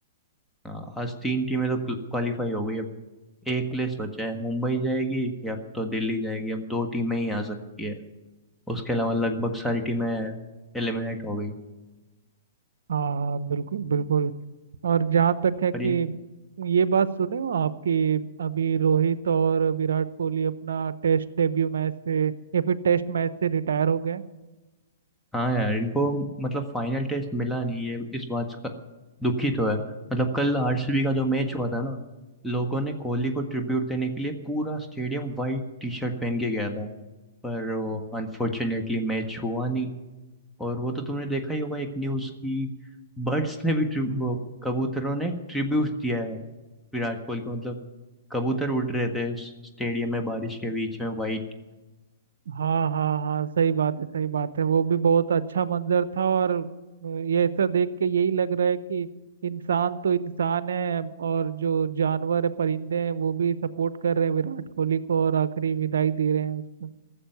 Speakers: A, in the centre; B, on the right.
A: हाँ, आज तीन टीमें तो क्वालिफाई हो गई अब एक प्लेस बचा है मुंबई जाएगी या तो दिल्ली जाएगी अब दो टीमें ही आ सकती है उसके अलावा लगभग सारी टीमें एलिमिनेट हो गई
B: हाँ हाँ बिल्कुल बिल्कुल और जहाँ तक है कि
A: पर ये
B: ये बात सुने हो आपकी अभी रोहित और विराट कोहली अपना टेस्ट डेब्यू मैच से या फिर टेस्ट मैच से रिटायर हो गए
A: हाँ यार इनको मतलब फाइनल टेस्ट मिला नहीं ये इस बात का दुखी तो है मतलब कल आरसीबी का जो मैच हुआ था ना लोगों ने कोहली को ट्रिब्यूट देने के लिए पूरा स्टेडियम वाइट टी शर्ट पहन के गया था पर वो अनफॉर्चुनेटली मैच हुआ नहीं और वो तो तुमने देखा ही होगा एक न्यूज की बर्ड्स ने भी ट्रि- वो कबूतरों ने ट्रिब्यूट दिया है विराट कोहली को मतलब कबूतर उड़ रहे थे उस स्टेडियम में बारिश के बीच में वाइट
B: हाँ हाँ हाँ सही बात है सही बात है वो भी बहुत अच्छा मंजर था और ये ऐसा देख के यही लग रहा है कि इंसान तो इंसान है और जो जानवर है परिंदे हैं वो भी सपोर्ट कर रहे हैं विराट कोहली को और आखिरी विदाई दे रहे हैं उसको